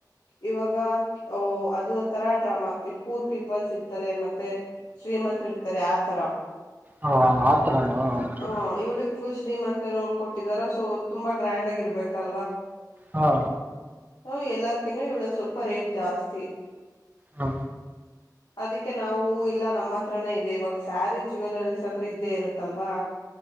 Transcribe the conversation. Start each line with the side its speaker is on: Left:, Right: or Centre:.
Left: ಇವಾಗ ಕೆ ಓ ಅದು ಒಂತರ ಡ್ರಾಮಾ ಪೂರ್ ಪೀಪಲ್ಸ್ ಇರ್ತಾರೆ ಮತ್ತೆ ಶ್ರೀಮಂತ್ರ ಇರ್ತಾರೆ ಆತರ
Right: ಹಾ ಆತರನ ಓಕೆ
Left: ಅ ಇವ್ಳಿಗ್ ಫುಲ್ ಶ್ರೀಮಂತ ರೋಲ್ ಕೊಟ್ಟಿದಾರ ಸೊ ತುಂಬಾ ಗ್ರ್ಯಾಂಡ್ ಆಗಿ ಇರ್ಬೇಕಲ್ವಾ.
Right: ಹಾ
Left: ಅ ಎಲ್ಲಕ್ಕಿನ್ ಇವಳ ಸ್ವಲ್ಪ ರೇಟ್ ಜಾಸ್ತಿ.
Right: ಹಾ
Left: ಅದಕ್ಕೆ ನಾವು ಇಲ್ಲ ನಮ್ಮ ಹತ್ರನೇ ಇದೆ ಇವಾಗ ಸ್ಯಾರಿ ಜುವೆಲರೀಸ್ ಅಂದ್ರೆ ಇದ್ದೇ ಇರುತ್ತಲ್ವಾ.